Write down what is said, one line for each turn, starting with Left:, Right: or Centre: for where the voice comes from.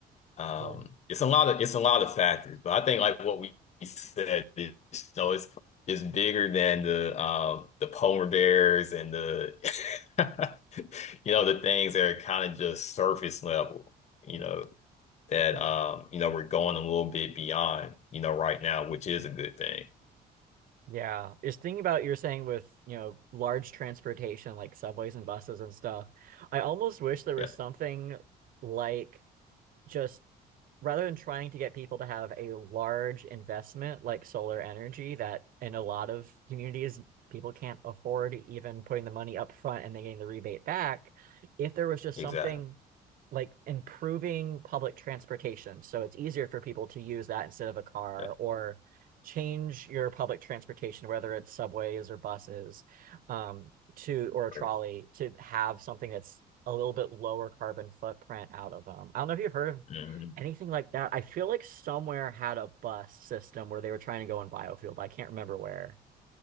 Left: um,
Right: Yeah.
Left: it's a lot of it's a lot of factors, but I think like what we said is you know, it's it's bigger than the um the polar bears and the <laughs> you know the things that are kind of just surface level, you know, that
Right: Mm.
Left: um you know we're going a little bit beyond, you know, right now, which is a good thing.
Right: Yeah, just thinking about you're saying with, you know, large transportation like subways and buses and stuff. I almost wish there was
Left: Yeah,
Right: something like just rather than trying to get people to have a large investment like solar energy that in a lot of communities people can't afford even putting the money up front and then getting the rebate back, if there was just
Left: exactly.
Right: something like improving public transportation so it's easier for people to use that instead of a car
Left: Yeah,
Right: or change your public transportation whether it's subways or buses um, to or a trolley
Left: great.
Right: to have something that's a little bit lower carbon footprint out of them. I don't know if you've heard of
Left: Mhm.
Right: anything like that. I feel like somewhere had a bus system where they were trying to go in biofuel, but I can't remember where.